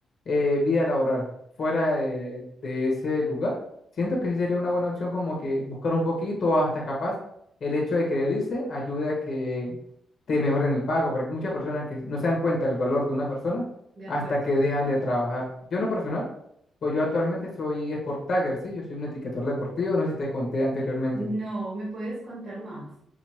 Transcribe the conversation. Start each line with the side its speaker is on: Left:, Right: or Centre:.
Left: eh, vida laboral fuera de, de ese lugar, siento que sí sería una buena opción como que buscar un poquito hasta capaz el hecho de querer irse ayude a que te mejoren el pago porque hay muchas personas que no se dan cuenta del valor de una persona
Right: de
Left: hasta
Right: acuerdo.
Left: que dejan de trabajar. Yo en lo personal. Pues yo actualmente soy Sport Tagger, sí, yo soy un etiquetador deportivo, no sé si te conté anteriormente.
Right: No, ¿me puedes contar más?